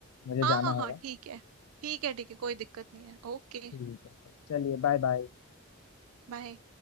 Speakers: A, on the left (about 80°); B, on the right (about 75°).
A: मुझे
B: हाँ
A: जाना
B: हाँ
A: होगा
B: हाँ ठीक है ठीक है ठीक है कोई दिक्कत नहीं है ओके
A: ठीक है चलिए बाय बाय
B: बाय